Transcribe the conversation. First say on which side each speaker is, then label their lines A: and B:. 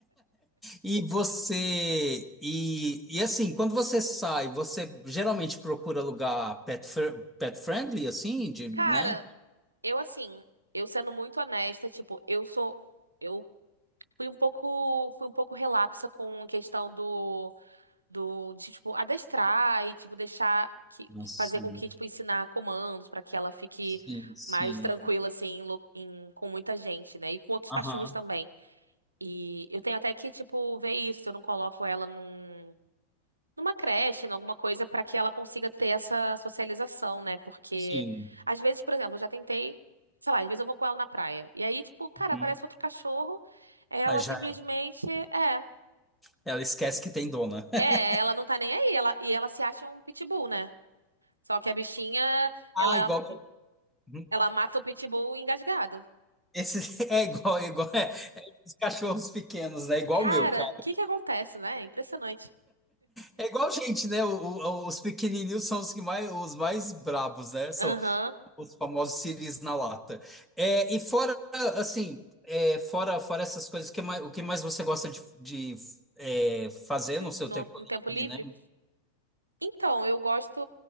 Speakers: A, in the centre; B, on the right.
A: E você. E, e assim, quando você sai, você geralmente procura lugar pet, fr- pet friendly, assim,
B: <laughs>
A: de, né?
B: Cara, eu assim, eu sendo muito honesta, tipo, eu sou, eu fui um pouco, fui um pouco relapsa com a questão do, do, de, tipo, adestrar e, tipo, deixar, que, que
A: Assim,
B: fazer com que, tipo, ensinar comandos pra que ela fique
A: sim, sim.
B: mais tranquila, assim, em lo- em- com muita gente, né? E com outros
A: Aham,
B: cachorros também. E eu tenho até que, tipo, ver isso, se eu não coloco ela num, numa creche, em alguma coisa, pra que ela consiga ter essa socialização, né? Porque,
A: sim.
B: às vezes, por exemplo, eu já tentei, sei lá, às vezes eu vou com ela na praia. E aí, tipo, cara,
A: Uhum.
B: aparece outro cachorro, ela
A: Aí já
B: simplesmente é.
A: ela esquece que tem dona. <laughs>
B: É, ela não tá nem aí, ela, e ela se acha um pitbull, né? Só que a bichinha,
A: Ah,
B: ela,
A: igual. Uhum.
B: ela mata o pitbull engasgado.
A: Esse <laughs> é igual, é igual, é. Os cachorros pequenos, né? Igual
B: Cara,
A: o meu, cara.
B: o que que acontece, né? É Impressionante.
A: É igual gente, né? O- o- os pequenininhos são os que mais, os mais brabos, né? São,
B: Aham,
A: Os famosos siris na lata. É, e fora, assim, é, fora, fora essas coisas, que mais, o que mais você gosta de, de é, fazer no seu
B: no
A: tempo
B: no tempo
A: livre,
B: livre.
A: né?
B: Então, eu gosto,